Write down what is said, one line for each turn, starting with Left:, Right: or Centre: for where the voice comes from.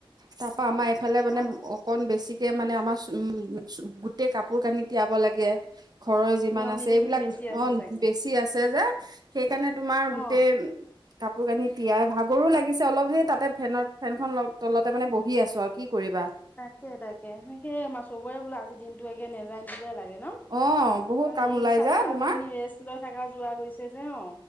Right: তাৰপা আমাৰ এইফালে মানে
Left: অ
Right: অকন বেছি কে মানে আমাৰ <unintelligible> গোটেই কাপোৰ কানি তিয়াব লাগে ঘৰৰ যিমান
Left: নিয়ম
Right: আছে
Left: নীতি
Right: এইবিলাক,
Left: খিনি বেছি আছে
Right: অ'
Left: চাগে
Right: বেছি আছে যে সেইকাৰণে তোমাৰ গোটেই
Left: অ
Right: কাপোৰ কানি তিয়াই, ভাগৰো লাগিছে অলপ সেই তাতে ফেনৰ ফেনখন তলতে মানে বহি আছোঁ আৰু কি কৰিবা।
Left: তাকে তাকে সেই আমাৰ চবৰে বোলো আজি দিনটো একে নেযায় নিযোৱাই লাগে ন'?
Right: অ বহুত
Left: মানে
Right: কাম
Left: একে
Right: ওলাই
Left: চাৰি
Right: যা
Left: পাঁচ
Right: তোমাৰ
Left: দিন ৰেষ্ট লৈ থাকা যোৱা গৈছে যে অ'।